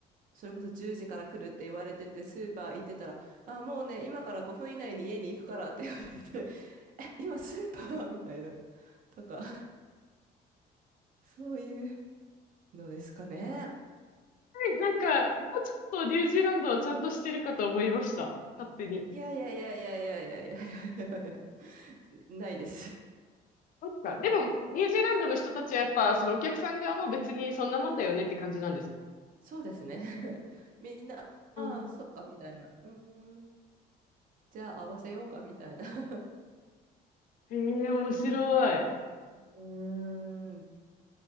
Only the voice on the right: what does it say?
それこそ10時から来るって言われてて、スーパー行ってたら、あ、もうね、今から5分以内に家に行くからって言われて、<laughs> え、今スーパーみたいな、とか、そういうのですかね。
いやいやいやいやいやいやいやいやいやいや、ないです。
そうですね。<laughs> みんな、ああ、
そっか、みたいな。うんうんじゃあ合わせようかみたいな <laughs>
うーん。